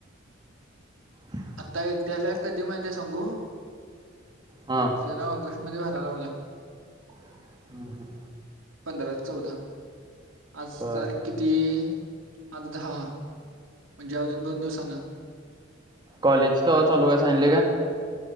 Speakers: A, on the right; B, on the right.
A: हम <unintelligible>
B: आतां येत्यांला कधीं माहिती आहे सांगू
A: हा.
B: येत्यांला ऑगस्ट मध्यें भरायलां लावल्यां
A: हम्मं हम्मं हम्म
B: पंधरां चौदां आंज
A: बर.
B: तांरीख किती आंठ दहा म्हणजे अजूंन दोन दिवसांन
A: कॉलेज केव्हां चालूं होईल सांगले कां